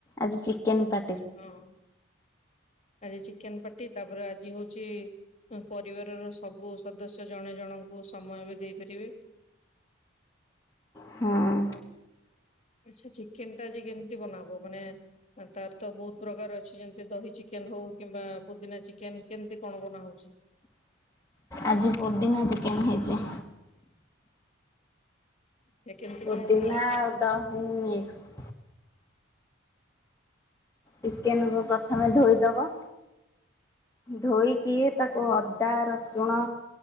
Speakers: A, on the left; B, on the left.
A: ଆଜି ଚିକେନ୍ ପା
B: ହଁ ଆଜି ଚିକେନ୍ ପାର୍ଟି ତାପରେ ଆଜି ହଉଛି ପରିବାରର ସବୁ ସଦସ୍ୟ ଜଣେ ଜଣଙ୍କୁ ସମୟ ବି ଦେଇପାରିବେ।
A: ହଁ।
B: ଆଚ୍ଛା ଚିକେନ୍ ଟା ଆଜି କେମିତି ବନାହବ ମାନେ ତାର ତ ବହୁତ୍ ପ୍ରକାର ଅଛି ଯେମିତି ଦହି ଚିକେନ୍ ହଉ କିମ୍ବା ପୁଦିନା ଚିକେନ୍ କେମିତି କଣ ବନା ହଉଛି?
A: ଆଜି ପୋଦିନା ଚିକେନ୍ ହେଇଛି।
B: ସେ କେମିତି
A: ପୁଦିନା
B: କଣ ବନାହୁଏ?
A: ଆଉ ଦହି ମିକ୍ସ୍। ଚିକେନ୍ କୁୁ ପ୍ରଥମେ ଧୋଇଦବ। ଧୋଇକି ତାକୁ ଅଦା, ରସୁଣ